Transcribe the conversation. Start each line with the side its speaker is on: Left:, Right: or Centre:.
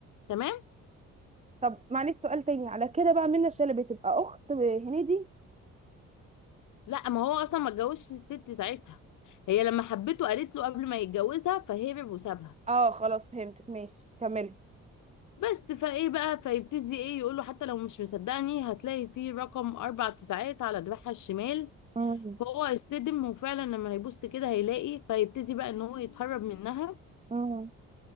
Left: تمام
Right: طب معلش سؤال تاني على كده بقى منى الشلبي تبقى اخت هنيدي
Left: لا ما هو اصلا ما اتجوزش الست ساعتها هي لما حبته قالت له قبل ما يتجوزها فهرب وسابها
Right: اه خلاص فهمتك ماشي كملي
Left: بس فايه بقى فيبتدي ايه يقول له حتى لو مش مصدقني هتلاقي فيه رقم اربع تسعات على دراعها الشمال
Right: مم.
Left: فهو يصدم وفعلا لما هيبص كده هيلاقي فيبتدي بقى ان هو يتهرب منها
Right: مم.